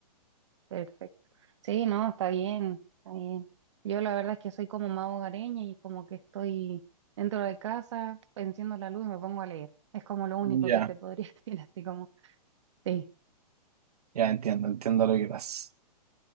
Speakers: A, on the right; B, on the right.
A: Perfecto. Sí, no, está bien, está bien. Yo la verdad es que soy como más hogareña y como que estoy dentro de casa, enciendo la luz y me pongo a leer. Es como lo único
B: Ya,
A: que te podría <laughs> decir, así como, sí,
B: ya entiendo, entiendo lo que pasa.